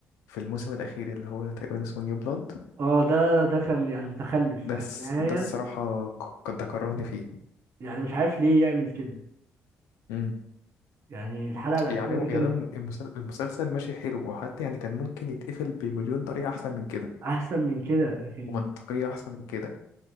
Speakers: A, on the left (about 80°); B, on the right (about 60°).
A: في الموسم الأخير اللي هو تقريبا اسمه نيو بلاد
B: اه ده ده كان يعني متخلف
A: ده
B: يعني
A: الس-
B: النهاية
A: ده الصراحة ك- ده كرهني فيه
B: يعني مش عارف ليه يعمل كده
A: امم
B: يعني الحلقة الأخيرة
A: يعني
B: دي كانت
A: يعني المسل- المسلسل ماشي حلو وحتى يعني كان ممكن يتقفل بمليون طريقة أحسن من كده
B: أحسن من كده لكن
A: ومنطقية أحسن من كده